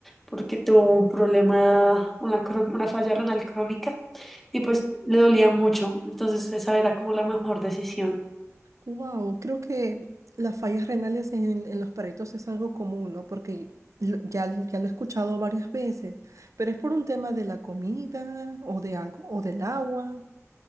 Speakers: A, in the centre; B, on the right.
A: porque tuvo un problema, una, cron- una falla renal crónica y pues le dolía mucho. Entonces esa era como la mejor decisión.
B: wow. Creo que las fallas renales en, en los perritos es algo común, ¿no? Porque lo- ya, ya lo he escuchado varias veces, pero es por un tema de la comida o de algo, o del agua.